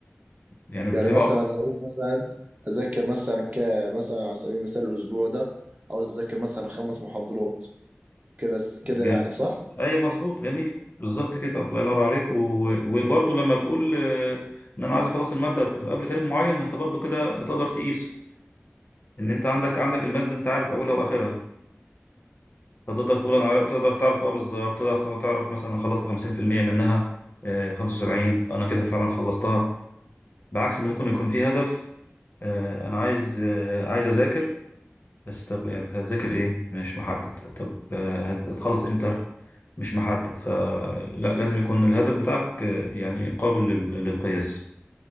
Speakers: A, on the left; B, on the right.
A: يعني
B: يعني
A: في
B: مثلا
A: بعض
B: لو أقول مثلا أذاكر مثلا ك مثلا على سبيل المثال الأسبوع ده عاوز أذاكر مثلا خمس محاضرات كده
A: ج...
B: كده يعني صح؟
A: ايوه مظبوط جميل بالظبط كده الله ينور عليك و... وبرضه لما تقول آه، ان انا عايز اخلص المادة قبل تاريخ معين ما انت برضه كده تقدر تقيس ان
B: مم.
A: انت عندك عندك الماده انت عارف اولها واخرها فتقدر تقول انا
B: بالظبط
A: عارف- تقدر تعرف اه بالظبط تقدر تعرف مثلا أنا خلصت 50% منها آه، 75 انا كده فعلا خلصتها بعكس ان ممكن يكون في هدف آه، انا عايز آه، عايز اذاكر بس طب يعني انت هتذاكر ايه مش محدد طب آه، هت- هتخلص امتى مش محدد فلا لازم يكون الهدف بتاعك آه، يعني قابل لل- للقياس